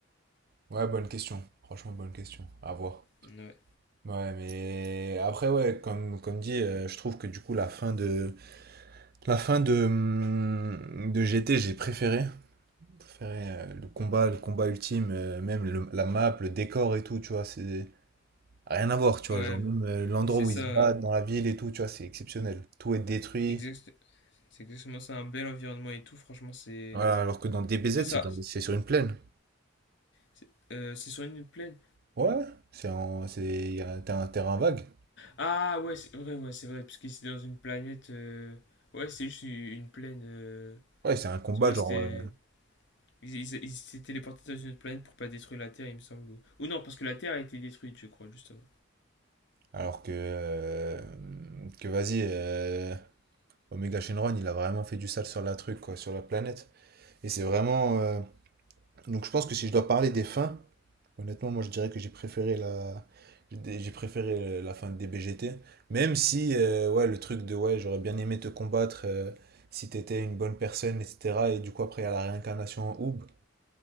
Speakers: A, on the right; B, on the left.
A: Ouais, bonne question. Franchement, bonne question. À voir.
B: Ouais,
A: Ouais, mais après, ouais, comme, comme dit, euh, je trouve que du coup, la fin de, La fin de, hum, de GT, j'ai préféré. Préféré euh, le combat, le combat ultime, euh, même le- la map, le décor et tout, tu vois, c'est rien à voir, tu
B: ouais,
A: vois. Genre, même euh, l'endroit
B: c'est
A: où
B: ça.
A: ils se battent dans la ville et tout, tu vois, c'est exceptionnel. Tout est détruit.
B: Exact, c'est exactement ça, un bel environnement et tout, franchement, c'est.
A: Voilà, alors que dans DBZ,
B: C'est ça.
A: c'est dans- c'est sur une plaine.
B: C'est euh, c'est sur une plaine.
A: Ouais, ouais. c'est en, c'est, y a un, t'as un terrain vague.
B: Ah ouais, c'est vrai, ouais, c'est vrai, parce que c'est dans une planète. euh, Ouais, c'est juste une une plaine. euh,
A: Ouais, c'est un combat,
B: Ouais,
A: genre.
B: c'était.
A: euh,
B: Ils ils- ils s'étaient téléportés dans une autre planète pour pas détruire la Terre, il me semble. Ou ou non, parce que la Terre a été détruite, je crois, juste avant.
A: alors que. euh, que vas-y, euh, Omega Shenron, il a vraiment fait du sale sur la truc, quoi, sur la planète. Et c'est vraiment. euh, Donc je pense que si je dois parler des fins, honnêtement, moi je dirais que j'ai préféré la j'ai préféré euh, la fin de DBGT. Même si euh, ouais, le truc de ouais, j'aurais bien aimé te combattre euh, si t'étais une bonne personne, etc. Et du coup, après, il y a la réincarnation en Oub.